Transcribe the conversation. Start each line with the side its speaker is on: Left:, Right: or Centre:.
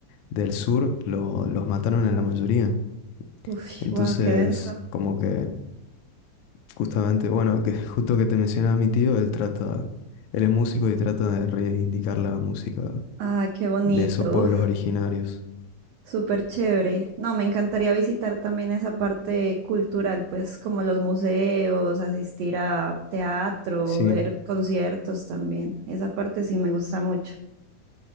Left: del sur lo- los mataron a la mayoría.
Right: Uf,
Left: Entonces,
Right: wow, qué denso.
Left: como que justamente, bueno, que <laughs> justo que te mencionaba mi tío, él trata, él es músico y trata de reivindicar la música
Right: Ah, qué bonito.
Left: de esos pueblos originarios.
Right: Súper chévere. No, me encantaría visitar también esa parte cultural, pues como los museos, asistir a teatro,
Left: Sí,
Right: ver conciertos también. Esa parte sí me gusta mucho.